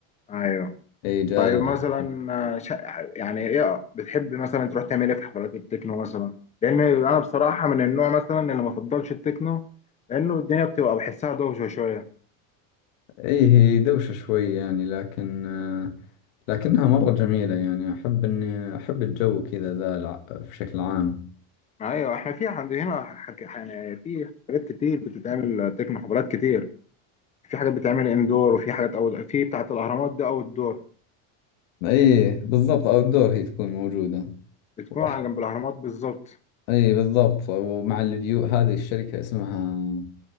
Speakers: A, on the left; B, on the left.
A: ايوه
B: أي جال
A: طيب
B: الأهرامات
A: مثلا آه، ش... يعني ايه آه، بتحب مثلا تروح تعمل ايه في حفلات التكنو مثلا لان انا بصراحة من النوع مثلا اللي ما بفضلش التكنو لانه الدنيا بتبقى بحسها دوشة شوية
B: أي هي دوشة شوي يعني لكن آه، لكنها مرة جميلة يعني أحب إني أحب الجو كذا ذا الع- في شكل عام
A: ايوه احنا في عند هنا حك... يعني في حاجات كتير بتتعمل تكنو حفلات كتير في حاجات بتتعمل اندور وفي حاجات او في بتاعة الاهرامات دي او الدور
B: أي بالضبط أوت دور هي تكون موجودة
A: بتكون
B: وأحب
A: عن جنب الاهرامات بالظبط
B: أي بالضبط ومع الفيو هذه الشركة اسمها